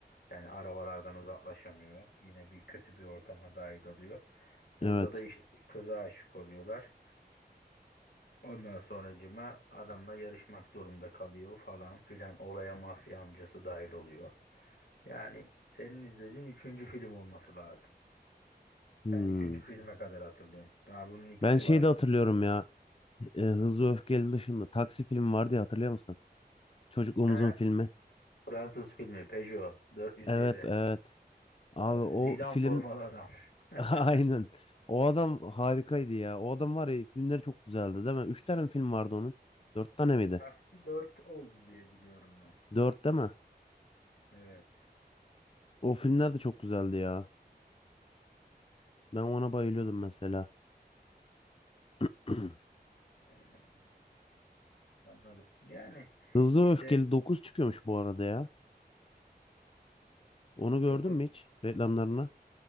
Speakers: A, on the left; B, on the left.
A: Yani arabalardan uzaklaşamıyor. Yine bir kötü bir ortama dahil oluyor. Burada
B: Evet.
A: da işte bir kıza aşık oluyorlar. Ondan sonracıma adamla yarışmak zorunda kalıyor falan filan. Olaya mafya amcası dahil oluyor. Yani senin izlediğin üçüncü film olması lazım.
B: Hmm.
A: Sen üçüncü filme kadar hatırlıyorsun. Daha bunun ikisi
B: Ben şeyi
A: var.
B: de hatırlıyorum ya. e, Hızlı Öfkeli dışında Taksi filmi vardı ya hatırlıyor musun? Çocukluğumuzun
A: He,
B: filmi.
A: Fransız filmi Peugeot 407.
B: Evet evet. Abi
A: Ee,
B: o
A: Zidane
B: film
A: formalı adam. <laughs>
B: <laughs> aynen. O adam harikaydı ya. O adam var ya filmleri çok güzeldi değil mi? Üç tane mi film vardı onun. Dört tane miydi?
A: Taksi 4 oldu diye biliyorum ben.
B: Dört değil mi?
A: Evet.
B: O filmler de çok güzeldi ya. Ben ona bayılıyordum mesela. <clears throat>
A: yani. Anladım. Yani
B: Hızlı
A: işte
B: ve Öfkeli 9 çıkıyormuş bu arada ya. Onu gördün
A: dokuz
B: mü hiç reklamlarına?